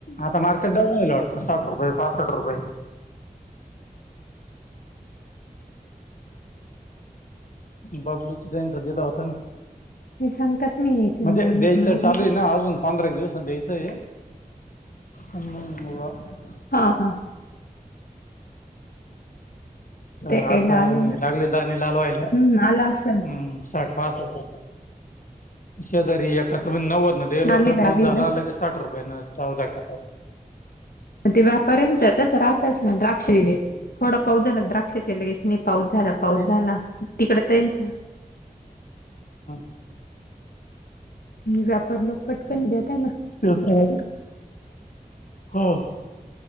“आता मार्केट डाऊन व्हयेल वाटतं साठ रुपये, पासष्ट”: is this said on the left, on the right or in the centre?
Left